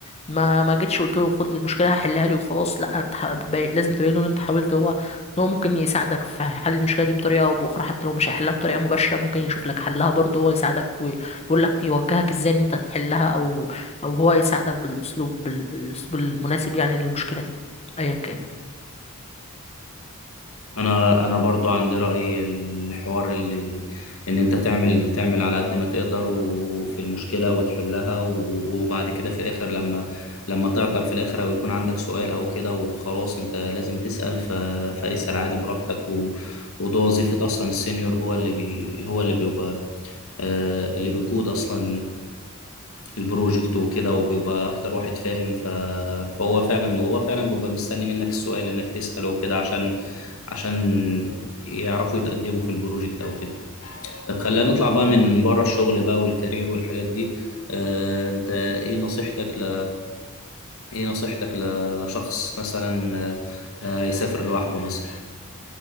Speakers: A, on the left; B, on the left.
A: ما ما جيتش قلت له خد المشكلة هحلها لي وخلاص لا انت ح- بي- لازم تبين له ان انت حاولت هو ان هو ممكن يساعدك في حل المشكله دي بطريقه او باخرى حتى لو مش هيحلها بطريقه مباشره ممكن يشوف لك حلها برضه هو يساعدك ويقول لك يوجهك ازاي ان انت تحلها او او هو يساعدك بالاسلوب بالاسلوب المناسب يعني للمشكله دي ايا كانت
B: انا انا برضو عندي رأي الحوار اللي ان انت تعمل تعمل على قد ما تقدر وفي المشكلة وتحلها و- وبعد كده في الاخر لما لما تعطل في الاخر او يكون عندك سؤال او كده وخلاص انت لازم تسأل ف... فاسأل عادي براحتك و... وده وظيفة اصلا السينيور هو اللي بي... هو اللي بيبقى آه، اللي بيقود اصلا البروجكت وكده وبيبقى اكتر واحد فاهم ف- فهو فعلا وهو فعلا بيبقى مستني منك السؤال انك تسأله وكده عشان عشان يعرفوا يتقدموا في البروجكت او كده طب خلينا نطلع بقى من بره الشغل بقى والكارير والحاجات دي آه، انت ايه نصيحتك ل... ايه نصيحتك ل... لشخص مثلا آه، آه، هيسافر لوحده مثلا